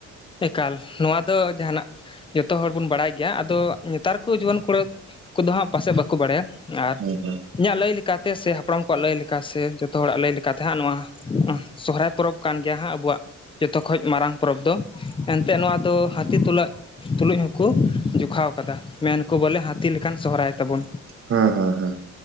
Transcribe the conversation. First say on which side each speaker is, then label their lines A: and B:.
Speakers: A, on the left; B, on the right.
A: ᱮᱠᱟᱞ ᱱᱚᱣᱟ ᱫᱚ ᱡᱟᱦᱟᱱᱟᱜ ᱡᱚᱛᱚ ᱦᱚᱲ ᱵᱚᱱ ᱵᱟᱲᱟᱭ ᱜᱮᱭᱟ ᱟᱫᱚ ᱱᱮᱛᱟᱨ ᱠᱚ ᱡᱩᱣᱟᱹᱱ ᱠᱚᱲᱟ ᱠᱚᱫᱚ ᱦᱟᱸᱜ ᱯᱟᱥᱮᱫ ᱵᱟᱠᱚ ᱵᱟᱲᱟᱭᱟ ᱟᱨ
B: ᱦᱩᱸ ᱦᱩᱸ
A: ᱤᱧᱟᱹᱜ ᱞᱟᱹᱭ ᱞᱮᱠᱟᱛᱮ ᱥᱮ ᱦᱟᱯᱲᱟᱢ ᱠᱚᱣᱟᱜ ᱞᱟᱹᱭ ᱞᱮᱠᱟ ᱥᱮ ᱡᱚᱛᱚ ᱦᱚᱲᱟᱜ ᱞᱟᱹᱭ ᱞᱮᱠᱟᱛᱮ ᱦᱟᱸᱜ ᱱᱚᱣᱟ ᱥᱚᱦᱚᱨᱟᱭ ᱯᱚᱨᱚᱵᱽ ᱠᱟᱱ ᱜᱮᱭᱟ ᱦᱟᱸᱜ ᱟᱵᱚᱣᱟᱜ ᱡᱚᱛᱚ ᱠᱷᱚᱡ ᱢᱟᱨᱟᱝ ᱯᱚᱨᱚᱵᱽ ᱫᱚ ᱮᱱᱛᱮᱜ ᱱᱚᱣᱟ ᱫᱚ ᱦᱟᱹᱛᱤ ᱛᱩᱞᱟᱹᱜᱼᱼ ᱛᱩᱞᱩᱡ ᱦᱚᱸᱠᱚ ᱡᱚᱠᱷᱟᱣ ᱟᱠᱟᱫᱟ ᱢᱮᱱᱠᱚ ᱵᱚᱞᱮ ᱦᱟᱹᱛᱤ ᱞᱮᱠᱟᱱ ᱥᱚᱦᱨᱟᱭ ᱛᱟᱵᱚᱱ
B: ᱦᱩᱸ ᱦᱩᱸ ᱦᱩᱸ